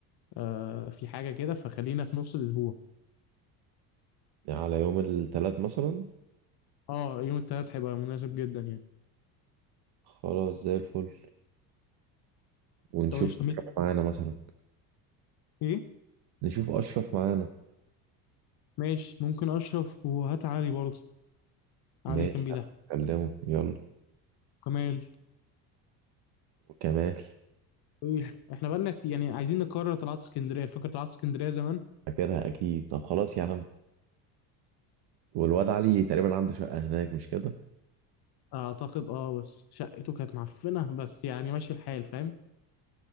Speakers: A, on the left; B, on the right.
A: آه في حاجة كده فخلينا في نص الاسبوع
B: يعني على يوم الثلاث مثلا
A: اه يوم التلات هيبقى مناسب جدا يعني
B: خلاص زي الفل ونشوف
A: طب ايش طب
B: اشرف معانا مثلا
A: ايه
B: نشوف اشرف معانا
A: ماشي ممكن اشرف وهات علي برضه
B: ماشي
A: علي كان بيضحك
B: هكلمه يلا
A: كمال
B: وكمال
A: إيه، احنا بقالنا كتير يعني عايزين نكرر طلعت اسكندريه فاكر طلعت اسكندريه زمان
B: فاكرها اكيد طب خلاص يا عم والواد علي تقريبا عنده شقه هناك مش كده
A: اعتقد اه بس شقته كانت معفنه بس يعني ماشي الحال فاهم